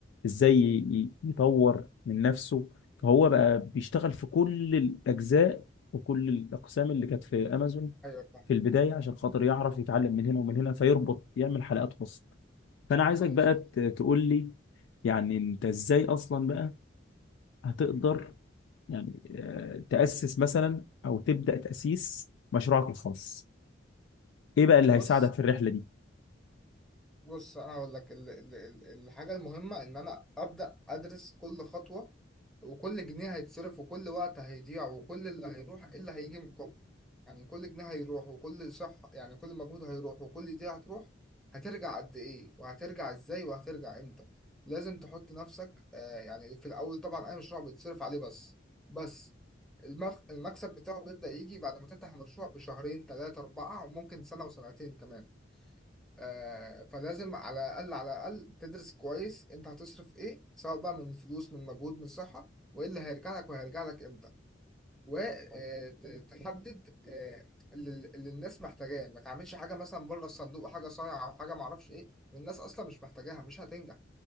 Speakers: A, on the left; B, in the centre.
A: ازاي ي- ي- يطور من نفسه فهو بقى بيشتغل في كل الاجزاء وكل الاقسام اللي كانت في امازون
B: ايوه فاهم
A: في البدايه عشان خاطر يعرف يتعلم من هنا ومن هنا فيربط يعمل حلقات وسط فانا عايزك
B: صح
A: بقى
B: صح
A: ت- تقول لي يعني انت ازاي اصلا بقى هتقدر يعني آه، تأسس مثلا او تبدأ تأسيس مشروعك الخاص ايه بقى اللي هيساعدك
B: بص
A: في الرحله دي
B: بص انا هقول لك ال- ال- ال- الحاجه المهمه ان انا ابدا ادرس كل خطوه وكل جنيه هيتصرف وكل وقت هيضيع وكل اللي هيروح إيه اللي هيجي مقابله يعني كل جنيه هيروح وكل صح يعني كل مجهود هيروح وكل دي هتروح هترجع قد ايه وهترجع ازاي وهترجع امتى لازم تحط نفسك آه يعني في الاول طبعا اي مشروع بيتصرف عليه بس بس المخ- المكسب بتاعه بيبدأ يجي بعد ما تفتح المشروع بشهرين ثلاثة أربعة وممكن سنة وسنتين كمان آه، فلازم على الأقل على الأقل تدرس كويس أنت هتصرف إيه سواء بقى من فلوس من مجهود من صحة وإيه اللي هيرجع لك وهيرجع لك إمتى وتحدد اللي اللي الناس محتاجاه ما تعملش حاجة مثلا بره الصندوق حاجة صايعة أو حاجة معرفش إيه والناس أصلا مش محتاجاها مش هتنجح